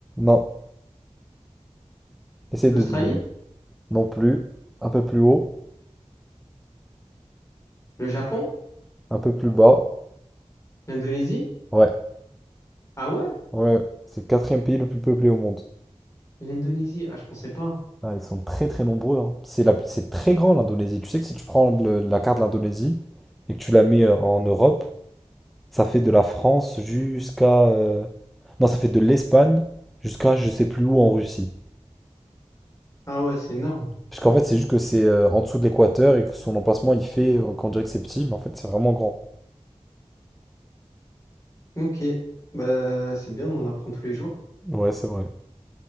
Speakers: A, in the centre; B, on the left.
A: Non. Essaye
B: l'Australie,
A: de deviner. Non plus. Un peu plus haut.
B: le Japon,
A: Un peu plus bas.
B: l'Indonésie.
A: Ouais.
B: Ah ouais?
A: Ouais. C'est le quatrième pays le plus peuplé au monde.
B: L'Indonésie, ah, je pensais pas.
A: Ah, ils sont très très nombreux. hein. C'est la- c'est très grand l'Indonésie. Tu sais que si tu prends le- la carte de l'Indonésie et que tu la mets euh, en Europe, ça fait de la France jusqu'à... euh, Non, ça fait de l'Espagne jusqu'à je sais plus où en Russie.
B: Ah ouais, c'est énorme.
A: Parce qu'en fait, c'est juste que c'est euh, en dessous de l'équateur et que son emplacement, il fait euh, qu'on dirait que c'est petit, mais en fait, c'est vraiment grand.
B: Ok, bah, c'est bien, on en apprend tous les jours.
A: Ouais, c'est vrai.